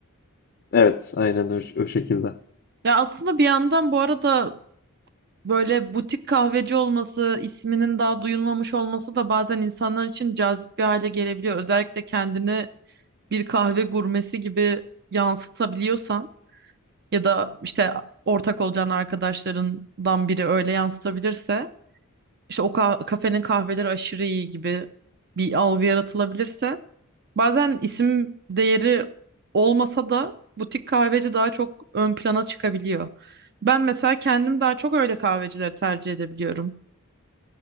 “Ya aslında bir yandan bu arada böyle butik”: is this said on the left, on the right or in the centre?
Right